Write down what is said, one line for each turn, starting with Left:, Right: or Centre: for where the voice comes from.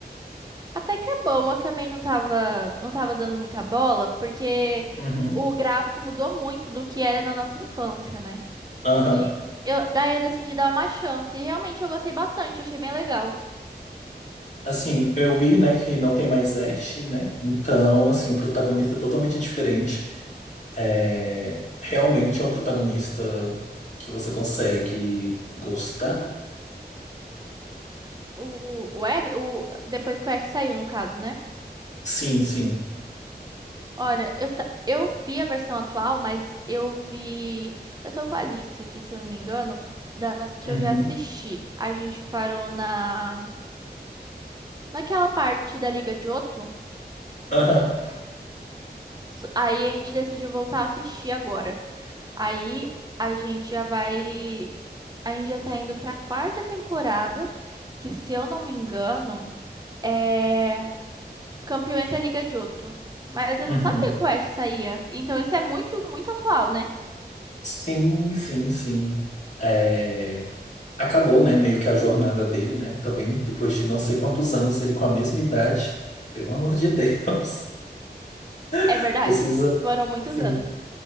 Right: Até que é bom, eu também não tava, não tava dando muita bola, porque
Left: Uhum.
Right: o gráfico mudou muito do que era na nossa infância, né?
Left: Aham.
Right: E eu, daí eu decidi dar uma chance, e realmente eu gostei bastante, achei bem legal.
Left: Assim, eu vi, né, que não tem mais Ash, né? Então, assim, o protagonista é totalmente diferente. É, realmente é um protagonista que você consegue gostar.
Right: O, o, Ash- o, depois que o Ash saiu, no caso, né?
Left: Sim, sim.
Right: Olha, eu, ta- eu vi a versão atual, mas eu vi. Eu tô com a lista aqui, se eu não me engano, das que
Left: Uhum.
Right: eu já assisti. A gente parou na naquela parte da Liga de Johto.
Left: Aham.
Right: S- Aí a gente decidiu voltar a assistir agora. Aí a gente já vai. A gente já tá indo pra quarta temporada, que se eu não me engano, é. Campeões da Liga de Johto. Mas eu
Left: Uhum.
Right: não sabia que o Ash saía. Então isso é muito, muito atual, né?
Left: Sim, sim, sim. É, acabou, né, meio que a jornada dele, né? Também depois de não sei quantos anos ele com a mesma idade. Pelo amor de Deus. <laughs>
Right: É verdade.
Left: Precisa,
Right: Foram muitos
Left: sim,
Right: anos.